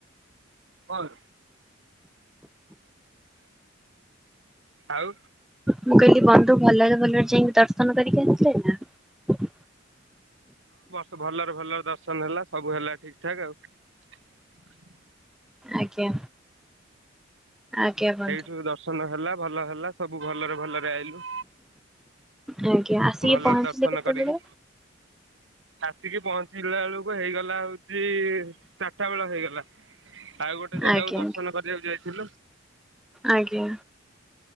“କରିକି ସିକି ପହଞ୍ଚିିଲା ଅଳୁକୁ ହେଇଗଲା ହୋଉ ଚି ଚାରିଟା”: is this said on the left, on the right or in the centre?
Right